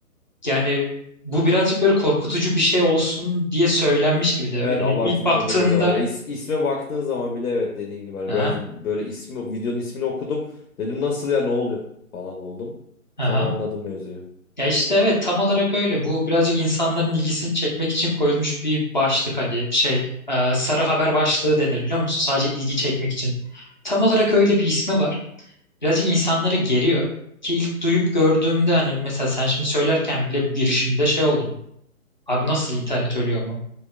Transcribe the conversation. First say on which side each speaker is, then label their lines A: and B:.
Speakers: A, on the left (about 35°); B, on the left (about 80°).
A: yani bu birazcık böyle korkutucu bir şey olsun diye söylenmiş gibi de
B: Evet
A: yani
B: abartılma
A: ilk baktığında
B: durumu da var. Ya is- isme baktığın zaman bile evet dediğin gibi hani
A: ha
B: böyle, böyle ismi videonun ismini okudum. Dedim nasıl ya ne oluyor falan oldum.
A: aha.
B: Sonra anladım mevzuyu.
A: Ya işte evet tam olarak öyle. Bu birazcık insanların ilgisini çekmek için koyulmuş bir başlık hani şey e, sarı haber başlığı denir biliyor musun? Sadece ilgi çekmek için. Tam olarak öyle bir ismi var. birazcık insanları geriyor. Ki ilk duyup gördüğümde hani mesela sen şimdi söylerken bile bu girişinde şey oldum. Abi nasıl internet ölüyor mu?